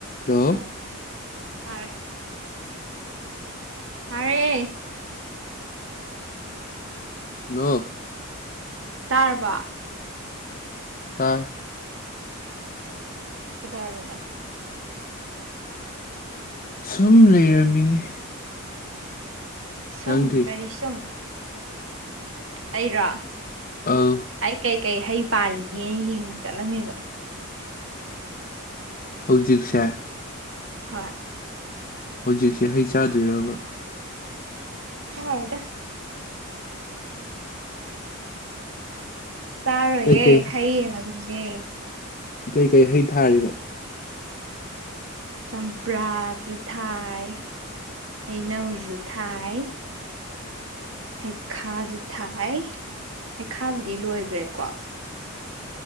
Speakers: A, on the left; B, on the right.
A: Hello
B: hello ꯇꯥꯔꯦ ꯇꯔꯦ
A: hello
B: ꯇꯥꯔꯕ
A: ꯇꯔ
B: ꯐꯗꯔꯃꯤ
A: ꯁꯨꯝ ꯂꯩꯔꯝꯃꯤꯅꯤ
B: ꯁꯨꯝ
A: ꯅꯪꯗꯤ
B: ꯀꯔꯤ ꯁꯨꯝ ꯑꯩꯔꯥ
A: ꯑꯧ
B: ꯑꯩꯥꯏ ꯀꯥꯏ ꯀꯥꯏ ꯍꯥꯏꯩ ꯄꯥꯜꯂꯤꯒꯦ ꯌꯦꯡꯕ ꯆꯠꯂꯝꯃꯦꯕ
A: ꯍꯧꯖꯤꯛꯁꯦ
B: ꯍꯣꯏ
A: ꯍꯧꯖꯤꯛꯁꯦ ꯍꯩ ꯆꯥꯗꯣꯏꯔꯕ
B: ꯍ ꯍꯣꯏꯗ ꯆꯥꯔꯣꯏꯌꯦꯦ
A: ꯀꯩꯀꯩ
B: ꯍꯌꯦꯡ ꯑꯗꯨꯝ ꯏꯗꯦ
A: ꯀꯩꯀꯩ ꯍꯩ ꯊꯥꯔꯤꯕ
B: ꯆꯝꯄ꯭ꯔꯥꯁꯨ ꯊꯥꯏ ꯍꯩꯅꯧꯁꯨ ꯊꯥꯏ ꯍꯩꯈꯥꯁꯦ ꯊꯥꯏ ꯍꯩꯈꯥꯕꯨꯗꯤ ꯂꯣꯏꯈ꯭ꯔꯦꯀꯣ